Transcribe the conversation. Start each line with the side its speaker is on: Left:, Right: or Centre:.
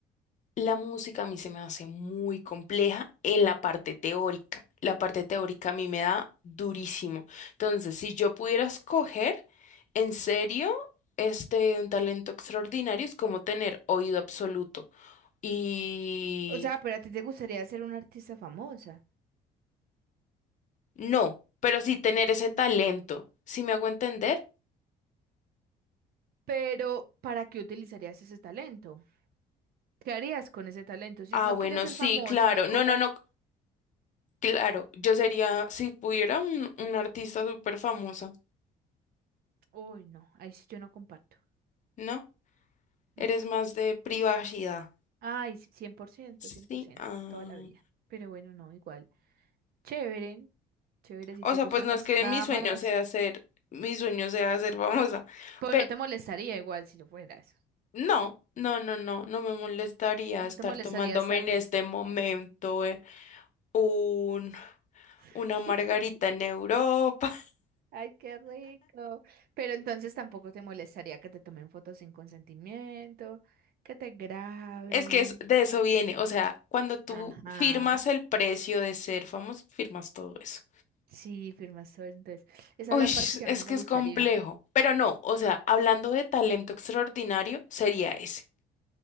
Left: la música a mí se me hace muy compleja en la parte teórica. La parte teórica a mí me da durísimo. Entonces, si yo pudiera escoger, en serio, este, un talento extraordinario es como tener oído absoluto. Y
Right: O sea, pero a ti te gustaría ser una artista famosa.
Left: no, pero sí tener ese talento. Si me hago entender?
Right: Pero, ¿para qué utilizarías ese talento? ¿Qué harías con ese talento? Si
Left: Ah,
Right: no
Left: bueno,
Right: quieres ser
Left: sí,
Right: famosa,
Left: claro.
Right: ¿cómo?
Left: No, no, no, claro. Yo sería, si pudiera, un, un artista súper famosa,
Right: Uy, no. Ahí sí yo no comparto.
Left: ¿no?
Right: No.
Left: Eres más de privacidad.
Right: Ay, sí, cien por ciento,
Left: Sí.
Right: cien por ciento,
Left: ah.
Right: Toda la vida. Pero bueno, no, igual. Chévere. Chévere si
Left: O
Right: te
Left: sea,
Right: gustan
Left: pues no
Right: las
Left: es que
Right: cámaras.
Left: mi sueño sea ser, mi sueño sea ser famosa.
Right: Pero
Left: Pero
Right: no te molestaría igual si lo fueras.
Left: no, no, no, no, no me molestaría
Right: No
Left: estar
Right: te molestaría
Left: tomándome
Right: estar.
Left: en este momento eh, un,
Right: <laughs>
Left: una margarita en Europa. <laughs>
Right: Ay, qué rico. Pero entonces tampoco te molestaría que te tomen fotos sin consentimiento, que te graben.
Left: Es que es- de eso viene. O sea, cuando tú
Right: Ajá.
Left: firmas el precio de ser famoso, firmas todo eso.
Right: Sí, firmas todo. eso. Entonces, esa
Left: Uy,
Right: es la parte que
Left: es
Right: a mí no me
Left: que es
Right: gustaría.
Left: complejo, pero no, o sea, hablando de talento extraordinario, sería ese.